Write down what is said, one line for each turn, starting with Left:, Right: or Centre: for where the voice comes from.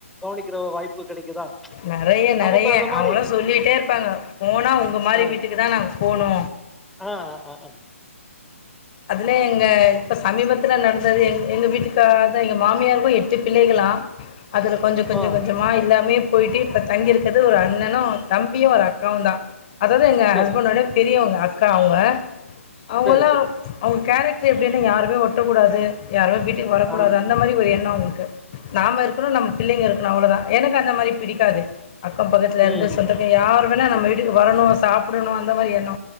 Centre: கவனிக்கிற வாய்ப்பு கெடைக்குதா
Left: நறைய நறைய
Centre: நமக்கு அந்த
Left: அவங்கள்லா
Centre: மாரி
Left: சொல்லிட்டே இருப்பாங்க போனா உங்க மாரி
Centre: ஆ
Left: வீட்டுக் குதா நாங்க போனு
Centre: ஆ அ அ
Left: அதுல எங்க இப்ப சமீபத்துல நட அதாவது எங் எங்க வீட்டுக்கார் தா எங்க மாமியாருக்கு எட்டு பிள்ளைகளா அதுல கொஞ்ச கொஞ்ச
Centre: ஆ
Left: கொஞ்சமா எல்லாமே போயிட்டு இப்ப தங்கிருக்கறது ஒரு அண்ணனு தம்பியு ஒரு அக்காவுந்தா அதாது எங்க
Centre: சரி
Left: ஹஸ்பண்டோடைய பெரியவங்க அக்கா அவுங்க அவுங்கள்லா
Centre: சரி சரி
Left: அவுங்க கேரட்ரு எப்டின்னா யாருமே ஒட்டக்கூடாது யாரு வீட்டுக்கு வரக்கூடாது
Centre: ஆ
Left: அந்த மாரி ஒரு எண்ண அவுங்களுக்கு நாம இருக்கணு நம்ம பிள்ளைங்க இருக்கணு அவ்வளவுதா எனக்கு அந்த மாரி பிடிக்காது அக்கம் பக்கத்துல
Centre: ம்
Left: இருந்து சொந்த பந்தங்க யார் வேணா நம்ம வீட்டுக்கு வரணு சாப்புடணு அந்த மாரி எண்ண